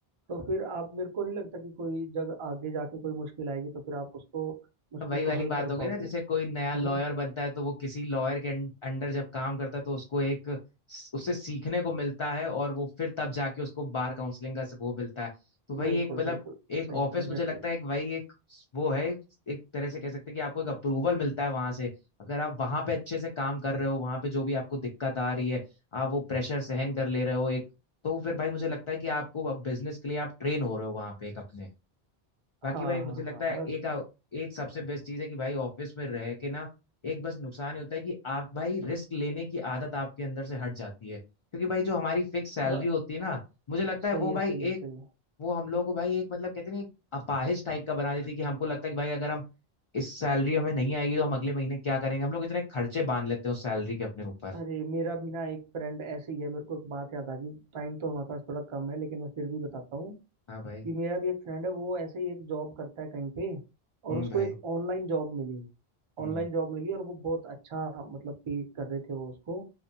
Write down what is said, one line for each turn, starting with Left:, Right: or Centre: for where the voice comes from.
Right: तो फिर आप मेरे को नहीं लगता कि कोई जगह आगे जाके कोई मुश्किल आएगी तो फिर आप उसको मुश्किल
Left: तो वही वाली
Right: को हल
Left: बात
Right: कर
Left: हो गई
Right: पाओगे
Left: ना जैसे कोई नया लॉयर
Right: है ना
Left: बनता है तो वो किसी लॉयर के अं- अंडर जब काम करता है तो उसको एक उससे सीखने को मिलता है और वो फिर तब जाके उसको बार काउंसलिंग का से वो मिलता है तो वही
Right: बिल्कुल
Left: एक मतलब
Right: बिल्कुल
Left: एक
Right: सही
Left: ऑफिस
Right: एग्जैक्टली
Left: मुझे लगता है एक वही एक वो है एक तरह से कह सकते हैं कि आपको एक अप्रूवल मिलता है वहां से अगर आप वहां पे अच्छे से काम कर रहे हो वहां पे जो भी आपको दिक्कत आ रही है आप वो प्रेशर सहन कर ले रहे हो एक तो फिर भाई मुझे लगता है कि आपको अब बिजनेस के लिए आप ट्रेन हो रहे हो वहां पे एक अपने बाकी
Right: हाँ
Left: भाई मुझे
Right: हाँ
Left: लगता
Right: हाँ
Left: है
Right: बस
Left: एक एक सबसे बेस्ट चीज है कि भाई ऑफिस में रह के ना एक बस नुकसान ही होता है कि आप भाई रिस्क लेने की आदत आपके अंदर से हट जाती है क्योंकि भाई जो हमारी फिक्स सैलरी
Right: ब,
Left: होती है ना मुझे लगता है
Right: सही
Left: वो
Right: है
Left: भाई
Right: सही
Left: एक
Right: है सही है
Left: वो हम लोगों को भाई एक मतलब कहते हैं ना एक अपाहिज टाइप का बना देती है कि हमको लगता है कि भाई अगर हम इस सैलरी हमें नहीं आएगी तो हम
Right: हम्म
Left: अगले महीने क्या करेंगे हम लोग इतने खर्चे बांध लेते हैं उस सैलरी के अपने ऊपर
Right: अरे मेरा भी ना एक फ्रेंड ऐसे ही है मेरे को एक बात याद आ गई टाइम तो हमारे पास थोड़ा कम है लेकिन मैं फिर भी बताता हूँ
Left: हाँ भाई
Right: कि मेरा भी एक फ्रेंड है वो ऐसे ही एक जॉब करता है कहीं पे और
Left: हम्म
Right: उसको
Left: भाई
Right: एक ऑनलाइन जॉब मिली ऑनलाइन
Left: हम्म
Right: जॉब मिली और वो बहुत अच्छा मतलब पे कर रहे थे वो उसको